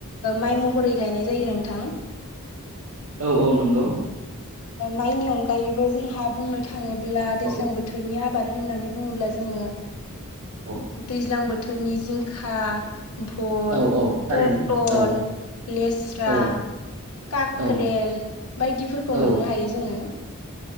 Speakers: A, on the left; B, on the right.
A: माइ महरै गायनाय जायो नोंथां।
B: औ औ नंगौ।
A: माइनि अनगायैबो जोंहा बुंनो थाङोब्ला दैज्लां
B: औ
A: बोथोरनि आब बाद होननानै बुङोब्ला जोङो
B: औ
A: दैज्लां ओ बोथोरनि जिंखा भल,
B: औ औ थारैनो
A: पटल,
B: औ
A: लेस्रा,
B: औ
A: काक्रेल
B: औ
A: बायदिफोरखौ
B: औ
A: मोननो हायो जोङो।